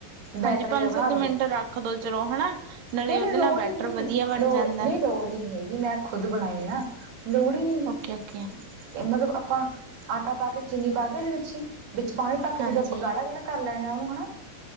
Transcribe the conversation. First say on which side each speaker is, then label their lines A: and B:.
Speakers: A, on the right; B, on the right.
A: ਬੈਟਰ
B: ਹਾਂਜੀ ਪੰਜ
A: ਜਿਹਾ ਬਣਾ
B: ਸੱਤ
A: ਲੋ
B: ਮਿੰਟ ਰੱਖ ਦੋ ਚਲੋ ਹਨਾ ਨਾਲੇ
A: ਨਹੀਂ ਨਹੀਂ
B: ਉਹਦੇ
A: ਲੋੜ
B: ਨਾਲ ਬੈਟਰ
A: ਹੀ ਨਹੀਂ
B: ਵਧੀਆ ਬਣ
A: ਲੋੜ
B: ਜਾਂਦਾ
A: ਨਹੀਂ ਲੋੜ ਹੀ ਨਹੀ ਹੈਗੀ ਮੈਂ ਖੁਦ ਬਣਾਏ ਹੈ ਨਾ ਲੋੜ ਹੀ ਨਹੀਂ ਹੈਗੀ
B: ਓਕੇ ਓਕੇ
A: ਇਹ ਮਤਲਬ ਆਪਾਂ ਆਟਾ ਪਾ ਕੇ ਚੀਨੀ ਪਾ ਕੇ ਉਹਦੇ ਵਿੱਚ ਹੀ ਵਿੱਚ ਪਾਣੀ ਪਾ ਕੇ
B: ਹਾਂਜੀ
A: ਜਦੋਂ ਆਪਾਂ ਗਾੜਾ ਗਾੜਾ ਕਰ ਲੈਣੇ ਆ ਉਹਨੂ <unintelligible>